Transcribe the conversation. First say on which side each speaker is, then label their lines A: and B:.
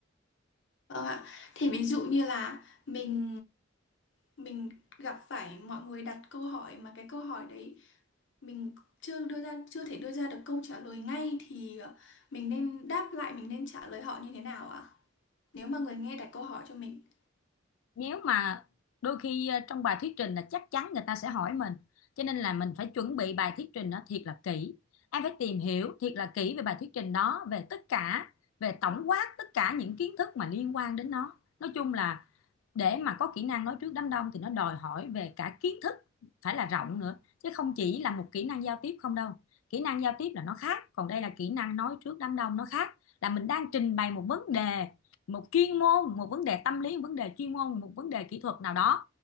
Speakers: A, on the left; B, on the left.
A: Vâng ạ. Thì ví dụ như là mình mình gặp phải mọi người đặt câu hỏi mà cái câu hỏi đấy mình chưa đưa ra chưa thể đưa ra được câu trả lời ngay thì ờ, mình nên đáp lại mình nên trả lời họ như thế nào ạ? Nếu mà người nghe đặt câu hỏi cho mình
B: nếu mà đôi khi ờ, trong bài thuyết trình là chắc chắn người ta sẽ hỏi mình cho nên là mình phải chuẩn bị bài thuyết trình nó thiệt là kỹ em phải tìm hiểu thiệt là kỹ về bài thuyết trình đó về tất cả về tổng quát tất cả những kiến thức mà liên quan đến nó nói chung là để mà có kỹ năng nói trước đám đông thì nó đòi hỏi về cả kiến thức phải là rộng nữa chứ không chỉ là một kỹ năng giao tiếp không đâu kỹ năng giao tiếp là nó khác còn đây là kỹ năng nói trước đám đông nó khác là mình đang trình bày một vấn đề một chuyên môn một vấn đề tâm lý một vấn đề chuyên môn một vấn đề kỹ thuật nào đó